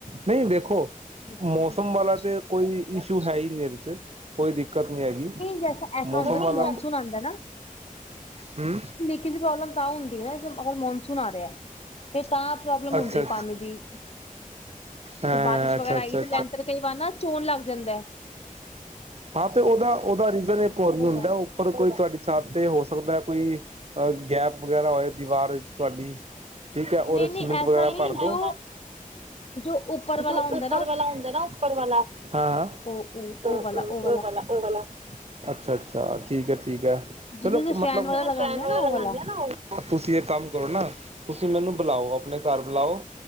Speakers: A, on the right; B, on the left.
A: ਨਹੀਂ, ਦੇੇਖੋ
B: ਬਹੁਤ
A: ਮੌਸਮ ਵਾਲਾ
B: ਅੱਛਾ
A: ਤੇ ਕੋਈ ਈਸ਼ੂ ਹੈ ਹੀ ਨੀ ਏਦੇ ਚ ਕੋਈ ਕ ਨਹੀਂ ਆਗੀ
B: ਜੈਸਾ ਐਸਾ
A: ਮੌਸਮ
B: ਹੁੰਦਾ ਤੇ
A: ਵਾਲ
B: ਮੌਨਸੂਨ ਆਉਂਦਾ
A: ਹੂੰ।
B: ਕਿਸੇ ਪ੍ਰੋਬਲਮ ਤਾਂ ਹੁੰਦੀ ਹੈ ਨਾ ਮੌਨਸੂਨ ਆ ਰਿਹਾ ਤੇ ਤਾਂ ਪ੍ਰੋਬਲਮ
A: ਅੱਛਾ
B: ਹੁੰਦੀ ਹੈ ਪਾਣੀ ਦੀ।
A: ਹਾਂ
B: ਬਾਰਿਸ਼ ਵਗੈਰਾ
A: ਅੱਛਾ ਅੱਛਾ
B: ਆਏਗੀ ਤੇ
A: ਅੱਛਾ
B: ਲੈਂਟਰ ਕਈ ਵਾਰ ਨਾ ਚੋਣ ਲੱਗ ਜਾਂਦਾ।
A: ਹਾਂ ਤੇ ਉਹਦਾ-ਉਹਦਾ ਰੀਜ਼ਨ ਇੱਕ ਹੋਰ ਨੀ
B: ਉਹਦਾ
A: ਹੁੰਦਾ ਉਹ ਪਰ ਕੋਈ ਤੁਆਡੀ ਛੱਤ ਤੇ ਹੋ ਸਕਦਾ। ਕੋਈ ਅ ਗੈਪ ਵਗੈਰਾ ਹੋਏ ਦੀਵਾਰ ਤੁਹਾਡੀ ਠੀਕ ਐ ਹੋਰ
B: ਨਹੀਂ ਨਹੀਂ
A: ਸੀਮਿੰਟ ਵਗੈਰਾ
B: ਐਸਾ ਨਹੀਂ
A: ਭਰ ਦੋ
B: ਜੋ ਜੋ ਉੱਪਰ ਵਾਲਾ
A: ਜੋ
B: ਹੁੰਦਾ
A: ਉੱਪਰ
B: ਨਾ
A: ਵਾਲਾ ਹੁੰਦਾ ਨਾ ਉੱਪਰ ਵਾਲਾ ਹਾਂ
B: ਉਹ ਉਹ
A: ਉਪ
B: ਉਹ ਵਾਲਾ ਉਹ
A: ਵਾਲਾ ਉਹ ਵਾਲਾ। ਅੱਛਾ-ਅੱਛਾ ਠੀਕ ਹੈ ਠੀਕ ਹੈ
B: ਜਿਹਦੇ
A: ਚਲੋ
B: ਤੇ
A: ਮਤਲਬ
B: ਫੈਨ ਵਾਲਾ
A: ਲ
B: ਲਗਾਨੇ ਆ ਨਾ ਉਹ ਵਾਲਾ
A: ਤੁਸੀਂ ਇੱਕ ਕੰਮ ਕਰੋ ਨਾ। ਤੁਸੀਂ ਮੈਨੂੰ ਬੁਲਾਓ ਆਪਣੇ ਘਰ ਬੁਲਾਓ।